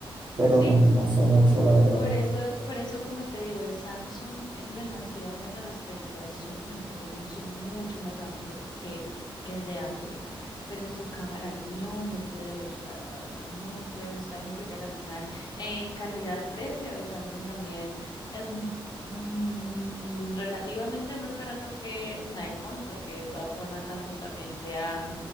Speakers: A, on the right (about 50°); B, on the left (about 45°).
A: pero
B: Sí.
A: no, no sé mucho la verdad.
B: Por eso, por eso, como te digo, el Samsung es demasiado bueno respecto al zoom, hasta tiene un zoom mucho más amplio que el de Apple, pero su cámara no me puede gustar, la verdad, no puede gustarme porque a la final en calidad-precio el Samsung también es un- mm, relativamente más barato que un iPhone, porque de todas formas Samsung también se ha,